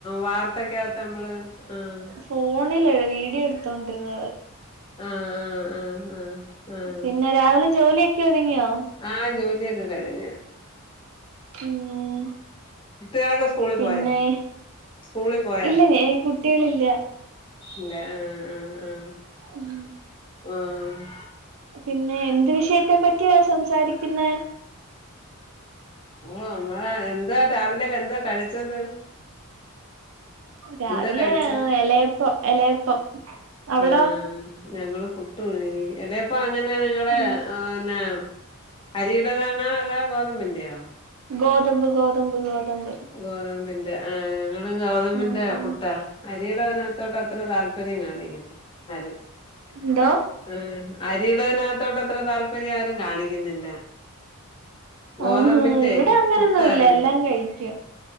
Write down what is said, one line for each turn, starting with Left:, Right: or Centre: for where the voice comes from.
Left: വാർത്തക്കകത്ത് നമ്മള് ആഹ്
Right: ഫോണിൽ വീഡിയോ എടുത്ത് ത്തൊണ്ടിരുന്നത്
Left: ആഹ് ആഹ് ആഹ് ആഹ് ആഹ് ആഹ്
Right: പിന്നെ രാവിലെ ജോലിയൊക്കെ ഒതുങ്ങിയോ
Left: ആ ജോലിയൊക്കെ കഴിഞ്ഞു
Right: ഉം
Left: കുട്ടികളൊക്കെ സ്കൂളിൽ
Right: പിന്നെ
Left: പോയാ സ്കൂളിൽ പോയാ
Right: ഇല്ല ഞ കുട്ടികളില്ല
Left: ഇല്ല ആഹ് ആഹ് ആഹ്
Right: ഒന്നും
Left: ആഹ്
Right: പിന്നെ എന്ത് വിഷയത്തെ പറ്റിയ സംസാരിക്ക്ന്നേ
Left: ഓ നമ്മളേ എന്താ രാവിലെ എന്തുവാ കഴിച്ചത്
Right: രാവിലെ
Left: എന്താ കഴിച്ചേ
Right: എലയപ്പം എലയപ്പം അവിടോ
Left: ആഹ് ഞങ്ങള് പു ട്ടുയുങ്ങി അല്ലേപ്പം അങ്ങനെ ഞങ്ങള്
Right: ഉം
Left: ഓന്നേ അരീടേതാണോ അതാ ഗോതമ്പിന്റെയോ?
Right: ഗോതമ്പ് ഗോതമ്പ് ഗോതമ്പ്
Left: ഗോതമ്പിന്റെ ആ ഞങ്ങള് ഗോതമ്പിന്റെ
Right: ഉം
Left: പുട്ടാ അ രീടാനത്തോട്ട് അത്ര താല്പര്യം കാണീ ആരും
Right: ന്തോ
Left: ആ അരീടനാത്തോട്ട് അത്ര താല്പര്യം ആരും കാണിക്ക്ന്നില്ല ഗോതമ്പിൻ്റെ
Right: ആഹ് ഇവിടെ അങ്ങനൊന്നും
Left: പുട്ടായിര്ന്ന്
Right: ഇല്ല എല്ലാം കഴിക്കും